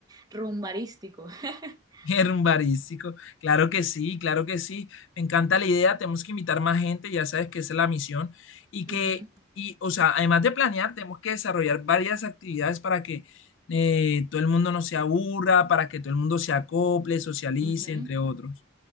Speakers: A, on the right; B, on the left.
A: rumbarístico. <laughs>
B: Herbarístico, claro que sí, claro que sí. Me encanta la idea, tenemos que invitar más gente, ya sabes que esa es la misión. Y que,
A: Ujú,
B: y, o sea, además de planear, tenemos que desarrollar varias actividades para que eh, todo el mundo no se aburra, para que todo el mundo se acople, socialice,
A: ujú.
B: entre otros.